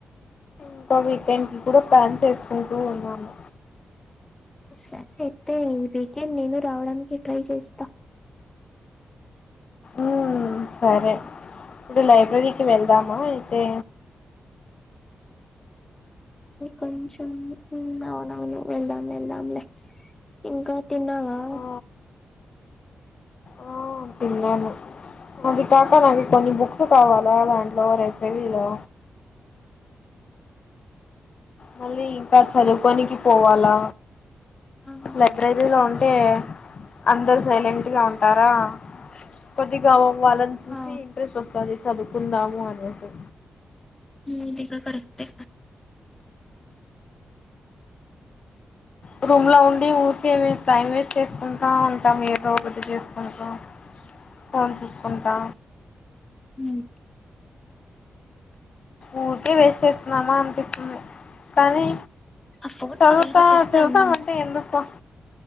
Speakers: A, on the left; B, on the left.
A: ఇంకా వీకెండ్ కి కూడా ప్లాన్ చేసుకుంటూ ఉన్నాను
B: సరే అయితే ఈ వీకెండ్ నేను రావడానికి ట్రై చేస్తా
A: ఉమ్ సరే ఇప్పుడు లైబ్రరీకి వెళ్దామా అయితే
B: కొంచం ఊ అవునవును వెళ్దాం వెళ్దంలే ఇంకా తిన్నావా
A: ఆ ఆ తిన్నాను అది కాక నాకు కొన్ని బుక్స్ కావాలా దాంట్లో లైబ్రరీ లో మళ్ళీ ఇంకా చదువుకోనికి పోవాలా
B: ఆ
A: లైబ్రరీలో ఉ టే అందరు సైలెంట్ గా ఉంటారా కొద్దిగా వాళ్ళని చూసి
B: ఆ
A: ఇంట్రెస్ట్ వస్తది చదువుకుందాము అనేసి
B: ఉ ఇది కూడా కరెక్టే
A: ఊ రూమ్ లో ఉండి ఊరికే టైం వేస్ట్ చేసుకుంటా ఉంటాం ఏదో ఒకటి చేసుకుంటు ఫోన్ చూసుకుంటా
B: ఊ
A: ఊరికే వెస్ట్ చేస్తున్నామా అనిపిస్తుంది కానీ
B: ఆ ఫోన్
A: చదువుత
B: పగలు కొట్టేస్తే
A: చదువుతా
B: అన్
A: ఉంటే ఎందుకు